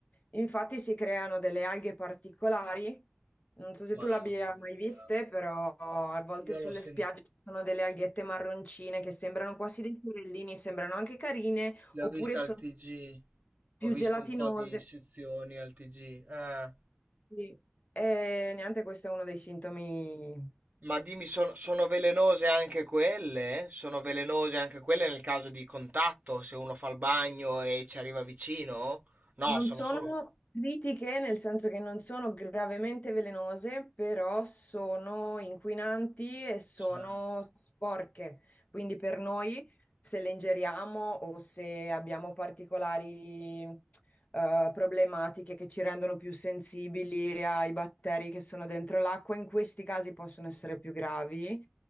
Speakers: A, on the left; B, on the right.
A: Infatti si creano delle alghe particolari, non so se
B: Mamma
A: tu l'abbia mai
B: mia,
A: viste, però a volte
B: io
A: sulle
B: l'ho sentito,
A: spiagge ci sono delle alghette marroncine che sembrano quasi dei fiorellini, sembrano anche carine,
B: le
A: oppure
B: ho viste
A: sono
B: al TG.
A: più
B: Ho
A: gelatinose.
B: visto un po' di sezioni al TG. Ah,
A: Sì. E niente, questo è uno dei sintomi.
B: ma dimmi, son- sono velenose anche quelle? Sono velenose anche quelle nel caso di contatto, se uno fa il bagno e ci arriva vicino? No,
A: Non
B: sono
A: sono
B: solo...
A: critiche, nel senso che non sono gravemente velenose, però sono inquinanti e sono
B: Certo,
A: sporche. Quindi per noi, se le ingeriamo o se abbiamo particolari eh, problematiche che ci rendono più sensibili ai batteri che sono dentro l'acqua. In questi casi possono essere più gravi,